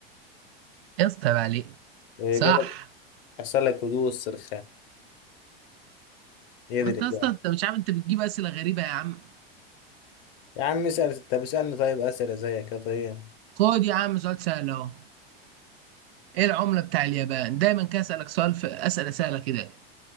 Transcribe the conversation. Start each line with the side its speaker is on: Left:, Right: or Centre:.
Right: يا اسطى عيب عليك
Left: الإجابة
Right: صح
Left: يحصل لك هدوء والسرخان هي
Right: ما
Left: دي الإجابة
Right: انت يا اسطى انت مش عارف انت بتجيب اسئله غريبه يا عم
Left: يا عم اسأل طب اسألني طيب أسئلة زيك يا طيب
Right: خد يا عم سؤال سهل اهو ايه العمله بتاع اليابان دايما كده اسالك سؤال في اسئله سهله كده